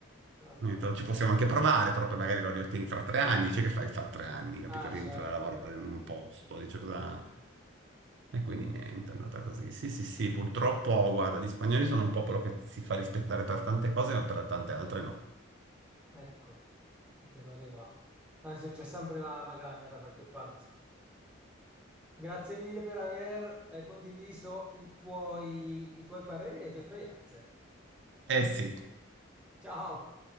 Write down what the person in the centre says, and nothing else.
Perfetto.
Ah,
certo,
beh,
no.
Mannaggia.
Ecco, a te pare va. Ma c'è c'è sempre la magagna da qualche parte. Grazie mille per aver eh, condiviso i tuoi, i tuoi pareri e le tue esperienze.
Ciao!